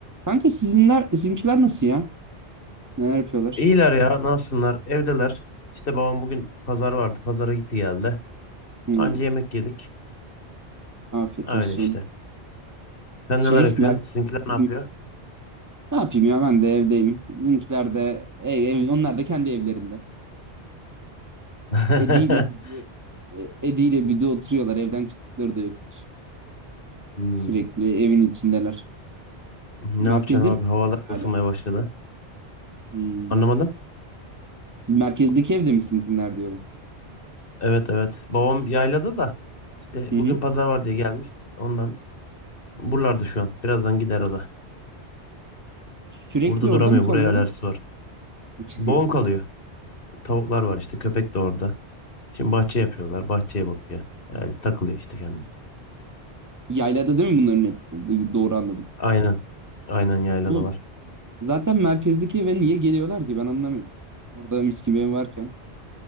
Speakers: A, on the right; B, on the left.
A: Kanka sizinler, sizinkiler nasıl ya? Neler yapıyorlar?
B: İyiler ya ne yapsınlar evdeler. İşte babam bugün pazar vardı pazara gitti geldi.
A: Hmm,
B: Anca yemek yedik
A: afiyet
B: öyle
A: olsun.
B: işte. Sen
A: Şey,
B: neler yapıyorsun?
A: mer-
B: Sizinkiler
A: m-
B: ne yapıyor?
A: ne yapayım ya ben de evdeyim. Bizimkiler de, e, ev, onlar da kendi evlerinde.
B: <laughs>
A: Edi ile Büdü, e, Edi ile Büdü oturuyorlar. Evden çıktıkları da yok hiç.
B: Hmm,
A: Sürekli evin içindeler.
B: Ne
A: Merkezde
B: yapacaksın abi
A: mi
B: havalar da
A: hala?
B: ısınmaya başladı.
A: Hmm.
B: Anlamadım.
A: Siz merkezdeki evde mi sizinkiler diyorum.
B: Evet evet babam yaylada da işte
A: Hı
B: bugün
A: hı.
B: pazar var diye gelmiş. Ondan buralarda şu an birazdan gider o da.
A: Sürekli
B: Burada
A: orada
B: duramıyor
A: mı kalıyorlar?
B: buraya alerjisi var.
A: <laughs>
B: Babam kalıyor tavuklar var işte köpek de orada. Şimdi bahçe yapıyorlar bahçeye bakıyor. Yani takılıyor işte kendi.
A: Yaylada değil mi bunların hepsi? Du- Doğru anladım.
B: Aynen aynen yayladalar.
A: Oğlum Zaten merkezdeki eve niye geliyorlar ki ben anlamıyorum. Orada mis gibi ev varken